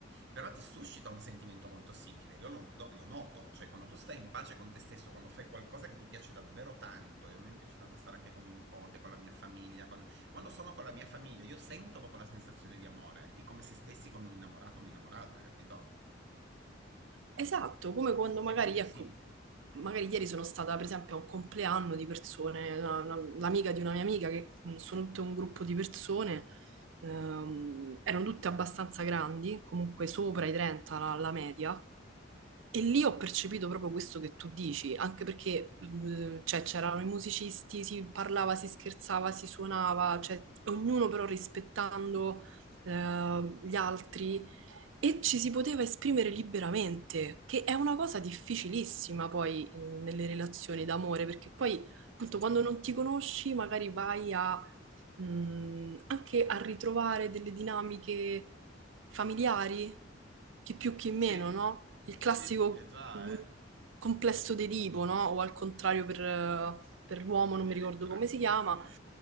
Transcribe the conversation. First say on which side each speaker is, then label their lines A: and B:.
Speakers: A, on the right; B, on the right.
A: Però ti suscita un sentimento molto simile, io lo, do- lo noto, cioè quando tu stai in pace con te stesso, quando fai qualcosa che ti piace davvero tanto, e a me mi piace tanto stare anche con mio nipote, con la mia famiglia, con- quando sono con la mia famiglia io sento proprio la sensazione di amore, di come se stessi con un innamorato o un'innamorata, capito?
B: Esatto, come quando magari,
A: È molto
B: ecco,
A: simile.
B: magari ieri sono stata per esempio a un compleanno di persone, una- una- l'amica di una mia amica, che mm, sono tutto un gruppo di persone, ehm, erano tutte abbastanza grandi, comunque sopra i 30 la, la media, e lì ho percepito proprio questo che tu dici, anche perché eh, cioè, c'erano i musicisti, si parlava, si scherzava, si suonava, cioè, ognuno però rispettando eh, gli altri. E ci si poteva esprimere liberamente, che è una cosa difficilissima poi eh, nelle relazioni d'amore, perché poi appunto quando non ti conosci magari vai a, mh, anche a ritrovare delle dinamiche familiari, chi più chi meno,
A: Sì,
B: no? Il classico
A: sì, è già,
B: un
A: eh?
B: complesso di tipo, no? O al contrario per, eh, per l'uomo,
A: Quello
B: non
A: di
B: mi
A: Elettra.
B: ricordo come si chiama,
A: Sì.